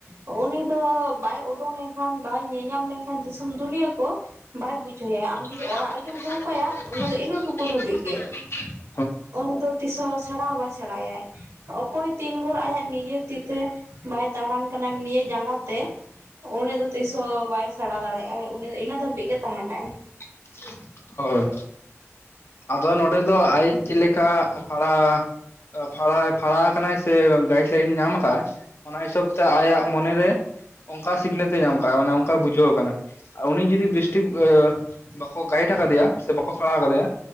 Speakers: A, on the right (about 85°); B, on the left (about 55°).
A: ᱛᱮ ᱩᱱᱤ ᱫᱚ ᱵᱟᱭ ᱩᱰᱩᱝ ᱞᱮᱱ ᱠᱷᱟᱱ ᱵᱟᱭ ᱧᱮᱧᱟᱢ ᱞᱮᱱ ᱠᱷᱟᱱ ᱫᱤᱥᱚᱢ ᱫᱩᱱᱤᱭᱟᱹ ᱠᱚ ᱾ ᱵᱟᱭ ᱵᱩᱡᱷᱟᱹᱣᱭᱟ ᱟᱢ
B: <unintelligible>
A: ᱡᱩᱫᱤ ᱚᱲᱟᱜ ᱨᱮᱜᱮᱢ ᱫᱚᱦᱚ ᱠᱟᱭᱟ ᱩᱱᱤ ᱫᱚ ᱤᱱᱟᱹ ᱴᱩᱠᱩ ᱫᱷᱟᱹᱵᱤᱡ ᱜᱮ ᱩᱱᱤ ᱫᱚ ᱛᱤᱥᱦᱚᱸ ᱥᱮᱬᱟ ᱦᱚᱸ ᱵᱟᱭ ᱥᱮᱬᱟᱭᱟᱭ ᱾ ᱚᱠᱚᱭ ᱛᱤᱱ ᱵᱷᱳᱨ ᱟᱭᱟᱜ ᱱᱤᱡᱮ ᱛᱤ ᱛᱮ ᱵᱟᱭ ᱫᱟᱲᱟᱱ ᱠᱟᱱᱟ ᱱᱤᱡᱮ ᱡᱟᱸᱜᱟ ᱛᱮ ᱾ ᱩᱱᱤ ᱫᱚ ᱛᱤᱥᱦᱚᱸ ᱵᱟᱭ ᱥᱮᱬᱟ ᱫᱟᱲᱮᱭᱟᱜ ᱟᱭ ᱩᱱᱤ ᱫᱚ ᱤᱱᱟᱹᱜ ᱫᱷᱟᱹᱵᱤᱡ ᱜᱮ ᱛᱟᱦᱮᱱᱟᱭ
B: <unintelligible> ᱦᱳᱭ ᱟᱫᱚ ᱱᱚᱸᱰᱮ ᱫᱚ ᱟᱡ ᱪᱮᱫ ᱞᱮᱠᱟ ᱚᱯᱷᱟᱲᱟ ᱯᱷᱟᱲᱟᱭ ᱯᱷᱟᱲᱟᱭ ᱠᱟᱱᱟ ᱥᱮ ᱜᱟᱭᱤᱰ ᱞᱟᱭᱤᱱ ᱧᱟᱢ ᱟᱠᱟᱫ ᱚᱱᱟ ᱦᱤᱥᱟᱹᱵᱽ ᱛᱮ ᱟᱭᱟᱜ ᱢᱚᱱᱮᱨᱮ ᱚᱱᱠᱟ ᱥᱤᱠᱷᱱᱟᱹᱛ ᱮ ᱧᱟᱢ ᱟᱠᱟᱫᱟ ᱢᱟᱱᱮ ᱚᱱᱠᱟᱭ ᱵᱩᱡᱷᱟᱹᱣ ᱟᱠᱟᱱᱟ ᱩᱱᱤ ᱡᱩᱫᱤ ᱵᱮᱥᱴᱷᱤᱠ ᱵᱟᱠᱚ ᱜᱟᱭᱤᱰ ᱟᱠᱟᱫᱮᱭᱟ ᱥᱮ ᱵᱟᱠᱚ ᱯᱟᱲᱟᱣ ᱟᱠᱟᱫᱮᱭᱟ